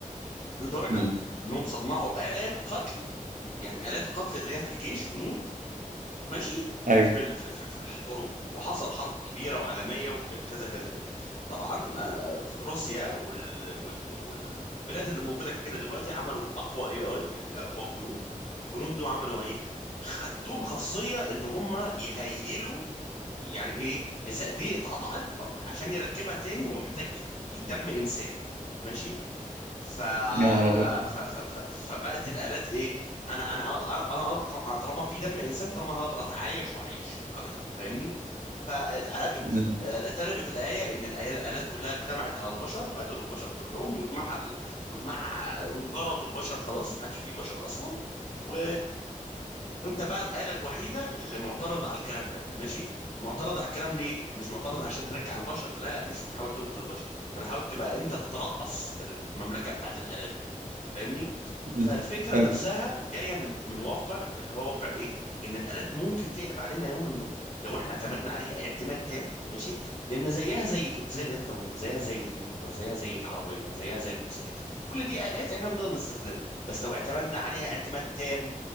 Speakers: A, on the left; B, on the right.
A: لدرجه
B: مم.
A: انهم صنعوا الات قتل يعني الات قتل اللي هي في الجيش جنود ماشي
B: ايوه
A: في ال- في ال- في ال- في الحروب وحصل حرب كبيره وعالميه وكذا كذا كذا طبعا آه، في روسيا وال وال والبلاد اللي موجوده كبيره دلوقتي عملوا اقوى اي اي يعني اقوى جنود والجنود دول عملوا ايه خ- عندهم خاصيه ان هم يهيلوا يعني ايه اذا ايديه اتقطعت أو- عشان يركبها تاني هو محتاج دم انسان ماشي ف...
B: يا نهار ابيض
A: ف... ف... ف... فبقت الآلات ايه انا انا انا أنا طالما في دم انسان طالما هقدر اتعايش واعيش اكتر فاهمني فاتقلبت
B: مم.
A: آه، اتقلبت الآية ان الآية- الآلات كلها اجتمعت على البشر وقتلوا البشر كلهم واتمحل واتمح انقرضوا البشر خلاص ما عادش فيه بشر اصلا و انت بقى الآلة الوحيدة اللي معترضة على الكلام ده ماشي معترضة على الكلام ليه مش معترضة عشان ترجع البشر لا مش بتحاول تنقذ البشر انت بتحاول تبقى انت تترأس المملكة بتاعت الآلات دي فاهمني
B: مم.
A: فالفكرة
B: حلو
A: نفسها جاية من من واقع اللي هو واقع ايه ان الآلات ممكن تقلب علينا يوما ما لو احنا اعتمدنا عليها اعتماد تام ماشي لان زيها زي زي الانترنت زيها زي الكمبيوتر زيها زي العربية زيها زي الموتوسيكل كل دي آلات احنا بنقدر نستخدمها بس لو اعتمدنا عليها اعتماد تام